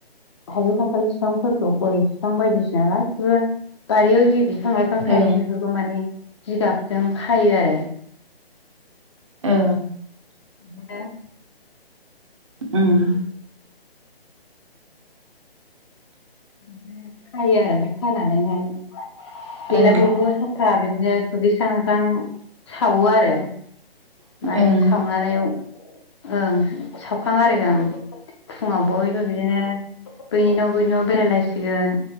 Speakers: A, on the left (about 25°); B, on the right (about 30°).
A: थाइजौ खान्थाल फिफांफोरखौ गय बिफां बायदिसिना गासिबो बारियाव जि बिफां लाइफां थायो
B: औ
A: बेफोरखौ माने जिगाबजों खायो आरो।
B: औ
A: बिदिनो
B: उम
A: बिदिनो खायो आरो ओमफाय खानानैहाय बेलागुरखौबो
B: ओं
A: था बिदिनो दुगैस्रां लोबस्रां सावो आरो।
B: ओं
A: माने सावनानै औ ओं सावखां आरिखां फुङाव बयबो बिदिनो बैनि न' बैनि न' बेरायलायसिगोन